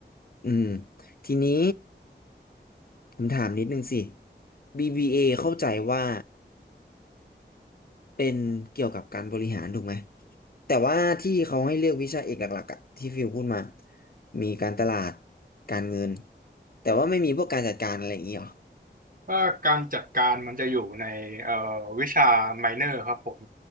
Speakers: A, on the left; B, on the right.
A: อืมทีนี้ผมถามนิดนึงสิ BBA เอเข้าใจว่าเป็นเกี่ยวกับการบริหารถูกไหมแต่ว่าที่เขาให้เลือกวิชาเอกหลักๆอะที่ฟิวพูดมามีการตลาดการเงินแต่ว่าไม่มีพวกการจัดการอะไรอย่างนี้หรอ
B: ถ้าการจัดการมันจะอยู่ในเอ่อวิชาไมเนอร์ครับผม